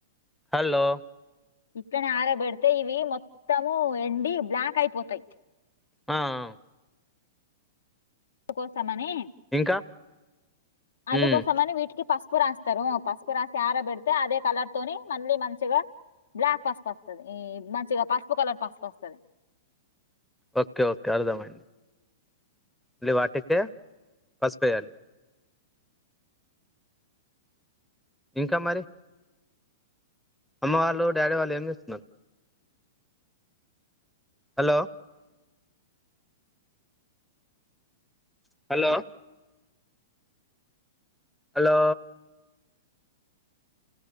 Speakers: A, in the centre; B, on the left.
A: హలో
B: ఇట్లనే ఆరబెడితే ఇవి మొత్తము ఎండి బ్లాక్ అయిపోతయి
A: ఆ హ
B: అందుకోసం మనీ
A: ఇంకా
B: అందుకోసమని
A: ఉమ్,
B: వీటికి పసు పసుపు రాస్తారు పసుపు రాసి ఆరాబేడితే పసుపు రాస్తరు పసుపు రాసి అరబెడితే అదే కలర్ తోని మళ్ళీ మంచిగా బ్లాక్ పసుపు వస్తుంది ఈ మంచిగా పసుపు కలర్ పసుపస్తది
A: ఓకే ఓకే అర్థమైంది మళ్లీ వాటికే పసుపేయ్యాలి ఇంక మరి అమ్మ వాళ్ళు డాడీ వాళ్ళు ఏం చేస్తున్నరు hello hello hello